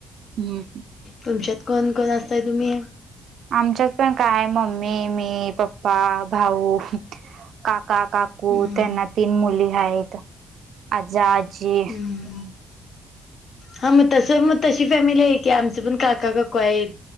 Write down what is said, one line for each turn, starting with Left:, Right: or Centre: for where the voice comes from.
Right: हम्.
Left: तुमच्यात कोण कोण असताय तुम्ही?
Right: आमच्यात पण काय मम्मी, मी, पप्पा, भाऊ, का का काकू
Left: हम्म
Right: त्यांना तीन मुली आहेत. आजा-आजी
Left: हम्म हा मग तस मग तशी फॅमिली आहे की आमचं पण काका काकू आहेत.